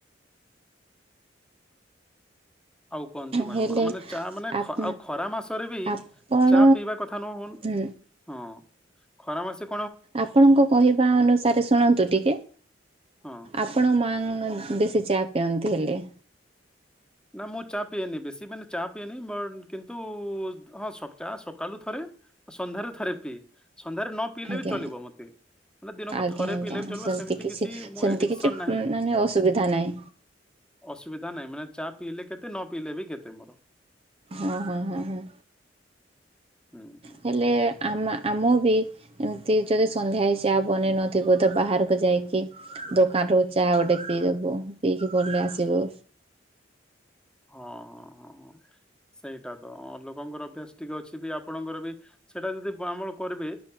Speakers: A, in the centre; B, on the right.
A: ଆଉ କୁହନ୍ତୁ ମ୍ୟାଡାମ
B: ହେଲେ
A: ଆ ମାନେ ଚା ମାନେ
B: ଆପ
A: ଆଉ ଖରା ମାସରେ ବି
B: ଆପଣ
A: ଚା ପିଇବା କଥା ନୁହ
B: ହୁଁ
A: ହଁ। ଖରା ମାସ।
B: ଆପଣଙ୍କ କହିବା ଅନୁସାରେ ଶୁଣନ୍ତୁ ଟିକେ
A: ହଁ।
B: ଆପଣ ମାଆ ବେଶୀ ଚା ପିଅନ୍ତି। ହେଲେ।
A: ନା ମୁଁ ଚା ପିଏନି ବେଶୀ ମାନେ ଚା ପିଏନି ବଟ କିନ୍ତୁ ହଁ ଚା ସକାଳୁ ଥରେ ସନ୍ଧ୍ୟାରେ ଥରେ ପିଏ। ସନ୍ଧ୍ୟାରେ ନ ପିଇଲେ
B: ଆଜ୍ଞା
A: ବି ଚଲିବ ମତେ ମାନେ ଦିନକୁ
B: ଆଜ୍ଞା
A: ଥରେ
B: ଆଜ୍ଞା
A: ପିଇଲେ ବି ଚଲିବ
B: ସେମିତି
A: ସେମତି
B: କିଛି
A: କିଛିଡିକସନ
B: ସେମିତି କିଛି
A: ନାହିଁ
B: ମାନେ ଅସୁବିଧା ନାହିଁ
A: ଅସବିଧା ନାଁ ମାନ ଚା ପିଇଲେ କେତେ ନ ପିଇଲେ ବି କେତେ ମୋର
B: ହଁ ହଁ ହଁ ହଁ
A: ହୁଁ ହୁଁ
B: ହେଲେ ଆମ ଆମ ବି ଏମିତି ଯଦି ସନ୍ଧ୍ୟା ହେ ଚା ବନେଇ ନଥିବୁ ତ ବାହାରକୁ ଯାଇକି ଦୋକାନରୁ ଚା ଗୋଟେ ପିଇଦବୁ ପିଇକି ଭଲ ଆସିବ।
A: ହଁ ହଁ। ହଁ ସେଇ ତମ ଲୋକ ଆପଣଙ୍କର ଅଭ୍ୟାସ ଟିକେ ଅଛି ବି ଆପଣଙ୍କର ବି ସେଇଟା ଯଦି ଆମଳ କରିବେ